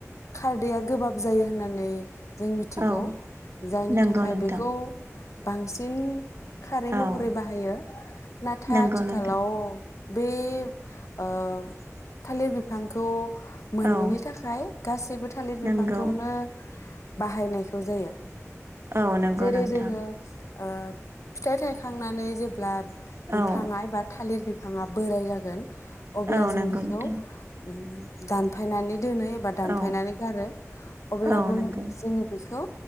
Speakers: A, on the left; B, on the right.
A: खारदैआ गोबाब जायो होननानै जों मिथिगौ।
B: औ
A: जायनि
B: नंगौ
A: थाखाय
B: नोंथां
A: बेखौ बांसिन खारै
B: औ
A: महरै बाहायो नाथाय
B: नंगौ
A: आथिखालाव
B: नोंथां
A: बे ओ थालिर बिफांखौ मोनिनि
B: औ
A: थाखाय गासैबो थालिर बिफांखौनो
B: नंगौ
A: बाहायनायखौ जायो।
B: औ नंगौ
A: जेरै
B: नोंथां
A: जोङो ओ फिथाइ थायखांनानै जेब्ला
B: औ
A: बिफाङा बा थालिर बिफां फाङा बोराय जागोन। अब्ला
B: औ
A: जों
B: नंगौ
A: बेखौ
B: नोंथां
A: उम दानफायनानै दोनो एबा दानफायनानै
B: औ
A: गारो अब्लाबो
B: औ नंगौ
A: जोङो बेखौ।